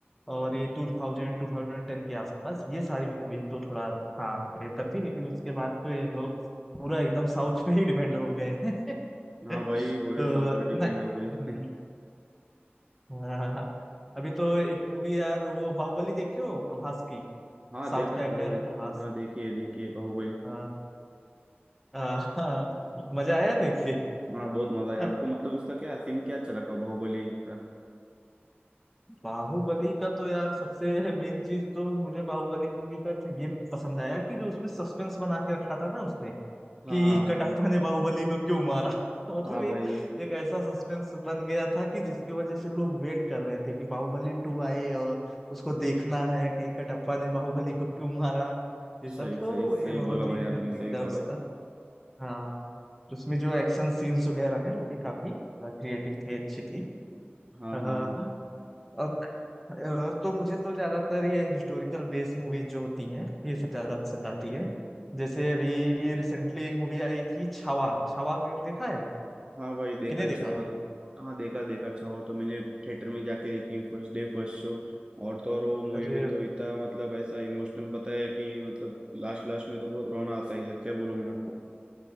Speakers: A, in the centre; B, on the right (about 25°).
A: और ये 2000 2010 के आसपास ये सारी मूवीज तो थोड़ा हाँ बेहतर थी लेकिन उसके बाद तो ये लोग पूरा एकदम साउथ पे ही डिपेंड हो गए हैं <laughs>
B: हाँ भाई पूरे
A: तो
B: साउथ में डिपेंड
A: न,
B: हो गई
A: हम्म। <laughs> हाँ अभी तो एक मूवी यार वो बाहुबली देखे हो प्रभास की
B: <laughs> हाँ
A: साउथ
B: देखा
A: का
B: है
A: एक्टर
B: भाई
A: है प्रभास
B: हाँ देखिए देखिए बाहुबली
A: हाँ हाँ, <laughs> मजा आया देख के
B: हाँ बहुत मजा आया
A: <laughs>
B: आपको मतलब उसका क्या सीन क्या अच्छा लगा बाहुबली का
A: बाहुबली का तो यार सबसे मेन चीज तो मुझे बाहुबली मूवी का ये पसंद आया कि जो उसमें सस्पेंस बना के रखा था ना उसने
B: हाँ
A: कि
B: हाँ
A: कटप्पा
B: हाँ
A: ने बाहुबली को क्यों मारा <laughs> तो मतलब
B: हाँ
A: ये
B: भाई
A: एक ऐसा सस्पेंस बन गया था कि जिसकी वजह से लोग वेट कर रहे थे कि बाहुबली टू आए और उसको देखना है कि कटप्पा ने बाहुबली को क्यों मारा ये सब
B: सही
A: तो
B: सही सही
A: ये बहुत
B: बोला
A: ही
B: भाई
A: इंटरेस्टिंग
B: आपने सही
A: था
B: बोला
A: उसका हाँ उसमें जो एक्शन सीन्स वगैरह है वो भी काफी क्रिएटिव थे अच्छी थी
B: हाँ
A: हाँ,
B: हाँ हाँ
A: और और तो मुझे तो ज्यादातर ये हिस्टोरिकल बेस्ड मूवीज जो होती हैं ये सब ज्यादा पसंद आती है जैसे अभी रिसेंटली एक मूवी आई थी छावा छावा को देखा है
B: हाँ भाई देखा
A: कि नहीं
B: है
A: देखा
B: छावा
A: अभी
B: हाँ देखा देखा छावा तो मैंने थिएटर में जाके देखी फर्स्ट डे फर्स्ट शो और तो और वो मूवी
A: अरे
B: में तो इतना मतलब ऐसा इमोशनल बताया कि मतलब लास्ट लास्ट में तो बहुत रोना आता है यार क्या बोलूं मैं आपको